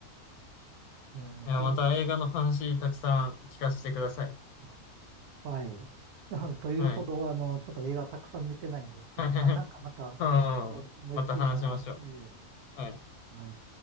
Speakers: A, on the right; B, on the left.
A: えええそうです。
B: いや、また映画の話たくさん聞かせてください。
A: あはい。<laughs> というほど、
B: はい。
A: あの、ちょっと映画たくさん見てないんですけど、
B: <laughs>
A: まあ、なんかまた、
B: ああ、
A: ええ思いついたら、
B: また話しましょ
A: ええ
B: う。はい。
A: はい。